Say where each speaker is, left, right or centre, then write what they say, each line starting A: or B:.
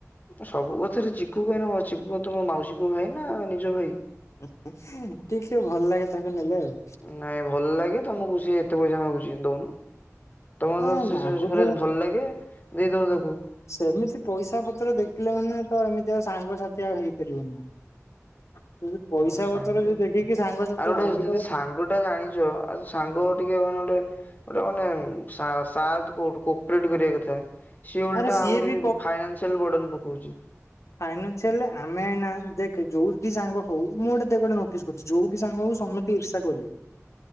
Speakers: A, on the left (about 35°); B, on the left (about 65°).
A: ସବୁ କଥାରେ ଚିକୁୁ ଏଇନେ ବ ଚିକୁ ମତେମୋ ମାଉସୀ ପୁଅ ଭାଇ ନା ନିଜ ଭାଇ।
B: ଟିକେ ଭଲ ଲାଗେ ତାକୁ ନେଲେ ଆଉ।
A: ନାଇଁ ଭଲ ଲାଗେ ତମକୁ ସିଏ ଏତେ ପଇସା ମାଗୁଛି ଦଉନୁ। ତମର
B: ଏ
A: ତ
B: ମାଗୁଛ
A: ସେ ପୁରା ଭଲ ଲାଗେ ଦେଇଦବ ତାକୁ।
B: ସେମିତି ପଇସା ପତ୍ର ଦେଖିଲେ। ମାନେ ତ ଏମିତି ଆଉ ସାଙ୍ଗସାଥି ଆଉ ହେଇପାରିବନି। ପଇସା
A: ଆଉ ସାଙ୍ଗ।
B: ପତର ଯି ଦେଖିକି ସାଙ୍ଗସାଥି
A: ଆଉ
B: ଭାଙ୍ଗୀ ଦବ।
A: ଗୋଟେ ଜାଣିଚ ଆଉ ସାଙ୍ଗ ଟିକେ ମାନେ ଗୋଟେ ଗୋଟେ ମାନେ ସା ସାଥ୍ କଉଠୁ କୋପେଟ କରିବା କଥା। ସିଏ ଓଲଟା
B: ଆରେ ସିଏ
A: ଆହୁରି
B: ବି
A: ଫାଇନାସିଆଲ ବର୍ଡନ ପକଉଚି।
B: ଫାଇନାସିଆଲରେ ଆମେ ଏଇନା ଦେଖେ ଯୋଉଠି ସାଙ୍ଗ ହଉ ମୁଁ ଗୋଟେ ଦେ ଗୋଟେ କରୁଛି ଯୋଉ ବି ସାଙ୍ଗ ହଉ ସମସ୍ତେ ଇର୍ଷା କରିବେ।